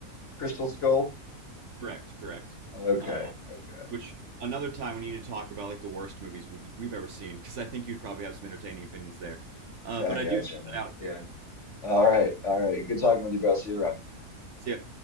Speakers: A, on the left (about 50°); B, on the right (about 55°).
A: Crystal Skull?
B: correct, correct.
A: Okay,
B: Um,
A: okay.
B: which another time we need to talk about like the worst movies we've, we've ever seen because I think you'd probably have some entertaining opinions there. Uh
A: Back
B: but I
A: at
B: do have
A: you, man.
B: that out
A: Yeah.
B: here.
A: All right, all right. Good talking with you, bro. See you around.
B: So yeah,